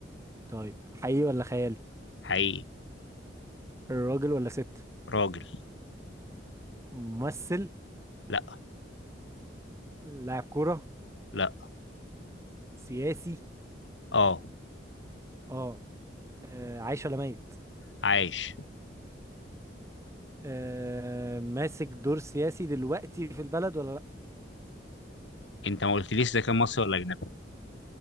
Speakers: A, on the right; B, on the left.
A: طيب حقيقي ولا خيالي
B: حقيقي
A: الراجل ولا ست
B: راجل
A: ممثل
B: لا
A: لاعب كرة
B: لا
A: سياسي
B: اه
A: اه آه، عايش ولا ميت
B: عايش
A: آه ماسك دور سياسي دلوقتي في البلد ولا لا
B: انت ما قلتليش ده كان مصري ولا اجنبي